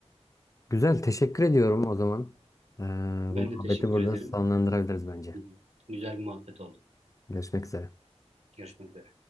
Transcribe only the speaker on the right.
Ben
de teşekkür
ederim.
Hı hı. Güzel bir muhabbet oldu.
Görüşmek üzere.